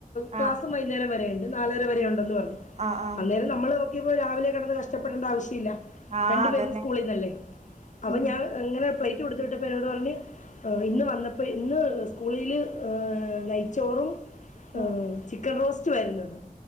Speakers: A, on the left; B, on the right.
A: ക്ലാസ്സും
B: ആഹ്
A: വൈന്നേരം വരെയുണ്ട് നാലര വരെ ഉണ്ടെന്ന് പറഞ്ഞു
B: ആഹ് ആഹ്
A: അന്നേരം നമ്മള് നോക്കിയപ്പോ രാവിലെ കിടന്ന് കഷ്ടപ്പെടണ്ട ആവശ്യല്ല
B: ആഹ്
A: രണ്ടു
B: അതന്നെ
A: പേരും സ്കൂളീന്നല്ലേ അപ്പം
B: ഉം
A: ഞാൻ ഇങ്ങനെ പ്ലേറ്റ് കൊടുത്ത് വിട്ടപ്പം എന്നോട് പറഞ്ഞ് ഏഹ് ഇന്ന് വന്നപ്പം ഇന്ന് സ്കൂളില് ഏഹ് നയിച്ചോറും
B: ഉം
A: ഏഹ് ചിക്കൻ റോസ്റ്റുവായിരുന്നുന്നെന്ന്